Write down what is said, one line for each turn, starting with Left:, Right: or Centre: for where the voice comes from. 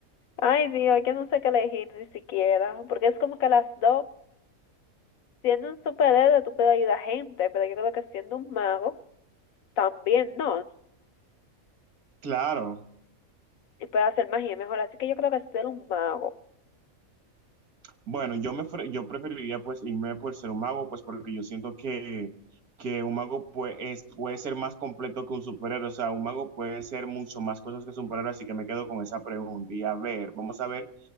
Left: Ay Dios, yo no sé qué elegir ni siquiera, porque es como que las dos, siendo un superhéroe tú puedes ayudar a gente, pero yo creo que siendo un mago también no,
Right: Claro.
Left: y puedes hacer magia mejor, así que yo creo que ser un mago.
Right: Bueno, yo me fre- yo preferiría pues irme por ser un mago, pues porque yo siento que, que un mago pues, es- puede ser más completo que un superhéroe. O sea, un mago puede ser mucho más cosas que un superhéroe, así que me quedo con esa pregunta. Y a ver, vamos a ver